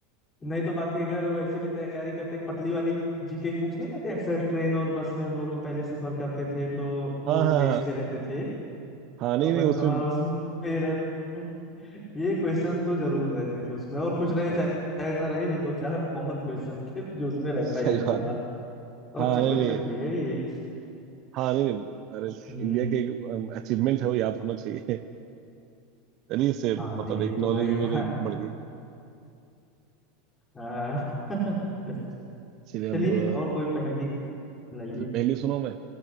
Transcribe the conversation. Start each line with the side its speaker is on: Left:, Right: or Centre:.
Left: नहीं तो बाकी अगर वैसे भी तैयारी करते एक पतली वाली जीके की बुक्स नहीं आती अक्सर ट्रेन और बस में हम लोग जो पहले सफर करते थे तो
Right: हाँ
Left: लोग
Right: हाँ
Left: बेचते
Right: हाँ
Left: रहते थे अ,
Right: हाँ नहीं
Left: बट
Right: नहीं उसमें
Left: हाँ उसमें ये रहता ये क्वेश्चंस तो जरूर रहते थे उसमें और कुछ रहे
Right: हाँ
Left: चाहे चाहे ना रहे ये दो चार कॉमन क्वेश्चंस थे जो उसमें रहता
Right: सही
Left: ही रहता
Right: बात
Left: था
Right: है
Left: और
Right: हाँ
Left: अच्छा
Right: नहीं
Left: क्वेश्चन
Right: नहीं
Left: भी है ये
Right: हाँ नहीं नहीं अरे
Left: हम्म
Right: इंडिया के अचीवमेंट है वो याद होना चाहिए चलिए इससे
Left: हाँ नहीं
Right: मतलब एक
Left: ये तो
Right: नॉलेज
Left: भाई
Right: भी
Left: हमारा
Right: मेरी बढ़ गई
Left: हाँ। <laughs>
Right: चलिए
Left: चलिए
Right: अब अ,
Left: और कोई पहेली
Right: अच्छा
Left: लाइए
Right: पहली सुनो मैं